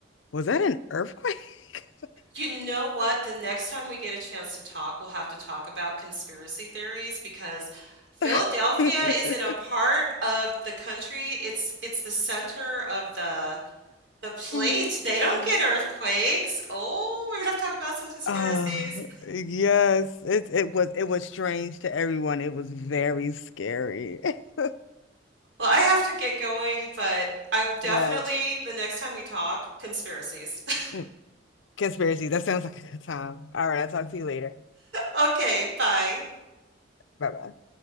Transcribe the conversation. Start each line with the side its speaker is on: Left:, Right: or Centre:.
Left: was that an earthquake? <laughs>
Right: You know what? The next time we get a chance to talk, we'll have to talk about conspiracy theories because Philadelphia
Left: <laughs>
Right: is in a part of the country. It's it's the center of the the plate.
Left: Listen.
Right: They don't get earthquakes. Oh, we're gonna have to talk about some conspiracies.
Left: Uh, yes, it it was it was strange to everyone. It was very scary. <laughs>
Right: Well, I have to get going, but I definitely
Left: Yes.
Right: the next time we talk, conspiracies. <laughs>
Left: Mm, Conspiracy. That sounds like a good time. All right, I'll talk to you later.
Right: Okay, bye.
Left: Bye bye.